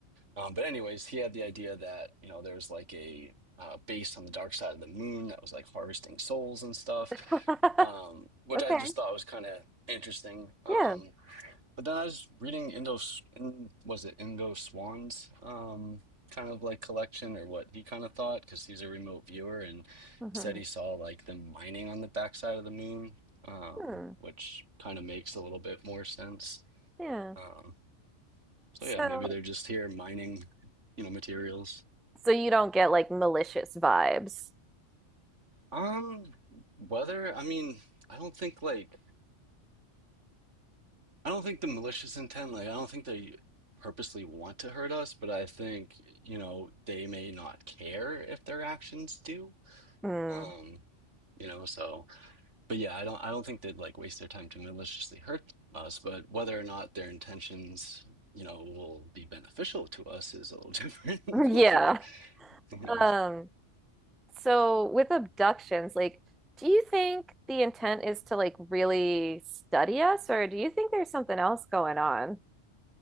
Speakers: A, on the right; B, in the centre.
A: Um, but anyways, he had the idea that, you know, there was like a uh, base on the dark side of the moon that was like harvesting souls and stuff,
B: <laughs>
A: um, which
B: Okay.
A: I just thought was kind of interesting. Um,
B: Yeah.
A: but then I was reading Indo, S- in, was it Indo Swan's um, kind of like collection or what he kind of thought, because he's a remote viewer and
B: hmm
A: said he saw like them mining on the backside of the moon, um,
B: Hmm.
A: which kind of makes a little bit more sense.
B: Yeah.
A: Um, so
B: So,
A: yeah, maybe they're just here mining, you know, materials.
B: so you don't get like malicious vibes.
A: Um, whether I mean, I don't think like I don't think the malicious intent, like I don't think they purposely want to hurt us, but I think, you know, they may not care if their actions do.
B: Mm.
A: Um, you know, so but yeah, I don't I don't think they'd like waste their time to maliciously hurt us, but whether or not their intentions, you know, will be beneficial to us is a little <laughs> different.
B: <laughs> Yeah.
A: <laughs> Like, you
B: Um,
A: know.
B: So with abductions, like, do you think the intent is to like really study us, or do you think there's something else going on?